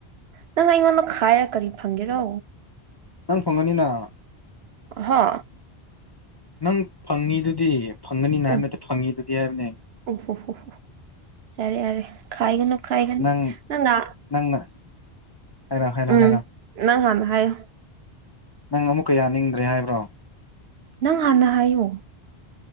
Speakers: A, on the right; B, on the left.
A: ꯅꯪ ꯑꯩꯉꯣꯟꯗ ꯈꯥꯏꯔꯒ ꯀꯔꯤ ꯐꯪꯒꯦꯔꯣ
B: ꯅꯪ ꯐꯪꯉꯅꯤꯅ
A: ꯍꯥ
B: ꯅꯪ ꯐꯪꯉꯤꯗꯨꯗꯤ ꯐꯪꯒꯅꯤꯅ
A: ꯎ
B: ꯍꯥꯏꯕ ꯅꯠꯇꯦ ꯐꯪꯉꯤꯗꯨꯗꯤ ꯍꯥꯏꯕꯅꯦ
A: ꯍꯨ ꯍꯨ ꯌꯥꯔꯦ ꯌꯥꯔꯦ ꯈꯥꯏꯒꯅꯨ ꯈꯥꯏꯒꯅꯨ
B: ꯅꯪ
A: ꯅꯪꯅ
B: ꯅꯪꯅ ꯍꯥꯏꯔꯣ ꯍꯥꯏꯔꯣ
A: ꯎꯝ
B: ꯍꯥꯏꯔꯣ
A: ꯅꯪ ꯍꯥꯟꯅ ꯍꯥꯏꯌꯣ
B: ꯅꯪ ꯑꯃꯨꯛꯀ ꯌꯥꯅꯤꯡꯗ꯭ꯔꯦ ꯍꯥꯏꯕ꯭ꯔꯣ
A: ꯅꯪ ꯍꯥꯟꯅ ꯍꯥꯏꯌꯨ